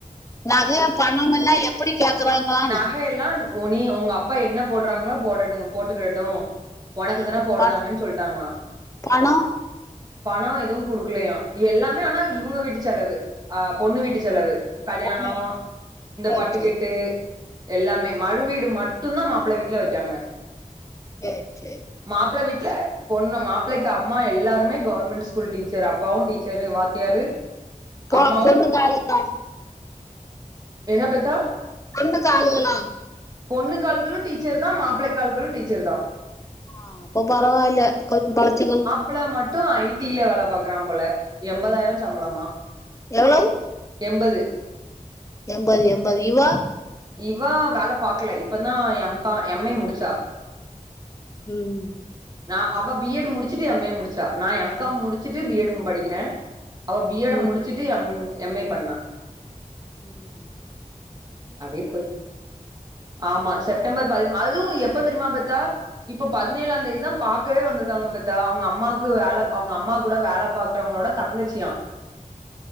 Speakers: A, on the left; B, on the right.
A: நக பணமெல்லா எப்டி கேக்கறாங்களான்னு
B: நகையெல்லா உன் நீ உங்க அப்பா என்ன போடாறாங்ளோ போடடட்டுங் போட்டுகிடட்டு ஒனக்குத்தான
A: ஆஹ்
B: போடுதாங்கன்னு
A: ப-
B: சொல்லிட்டாங்ளா
A: பணம்
B: பணோ எதுவு குடுக்கலையா எல்லாமே ஆனா இவுங்க வீட்டு செலவு அ பொண்ணு வீட்டு செலவு கல்யாணோ
A: பொண்ணு வீட்டு.
B: இந்த
A: சரி
B: பட்டுகெட்டு
A: சரி
B: எல்லாமே மறு வீடு மட்டுந்தான் மாப்பிள்ள வீட்ல வெக்காங்க
A: சேர் சேர்
B: மாப்ள வீட்ல பொண்ணு மாப்பிள்ளைக்கு அம்மா எல்லாருமே கவர்மெண்ட் ஸ்கூல் டீச்சர் அப்பாவும் டீச்சரு வாத்தியாரு
A: பொ
B: அம்மாவு
A: பொண்ணுக்கு ஆளுகளா
B: என்ன பெத்தா
A: சொந்தக்காளுகலா
B: பொண்ணுக்கால்களு டீச்சர்தா மாப்பிளைக்கால்களும் டீச்சர்தா
A: ஆ அப்போ பரவால கொஞ்சோ பொழைச்சுகுங்
B: ப்பிள மட்டு ஐ டில வேல பாக்குறான் போல எண்பதாயிரோ சம்பளமா
A: எவ்ளவ்
B: எம்பது
A: எம்பது எம்பது யுவா
B: இவா வேல பாக்கல இப்பந்தான் எம் கா எம் ஏ முடிச்சா
A: ம்
B: நா அவ பி எட் முடிச்சுட்டு எம் ஏ முடிச்சா நா எம் காம் முடிச்சுட்டு பி எட்ம் படிக்கிற அவ பி எட
A: ம்
B: முடிச்சுட்டு எம் எம் ஏ பண்ணா
A: ம்
B: அப்டியே போயிடு ஆமா செப்டம்பர் பதி அதுவு எப்ப தெரிமா பெத்தா இப்ப பதினேழாந் தேதிதா பாக்கவே வந்திருக்காங்க பெத்தா அவுங்க அம்மாக்கு வேல அவூங்க அம்மா கூட வேல பாக் பாக்கறவங்களோட தங்கச்சியா